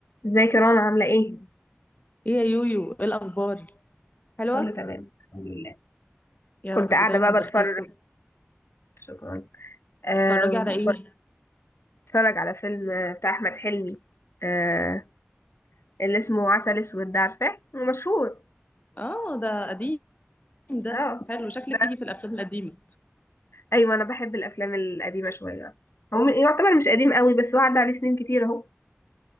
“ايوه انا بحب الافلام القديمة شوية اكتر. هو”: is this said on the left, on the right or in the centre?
Left